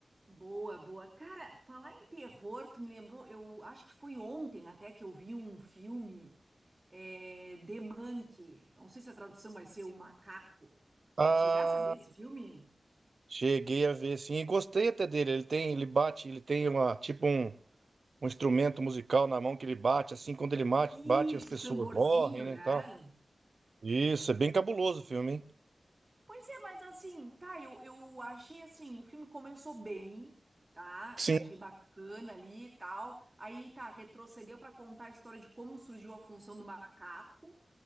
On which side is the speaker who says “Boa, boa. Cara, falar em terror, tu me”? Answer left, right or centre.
Right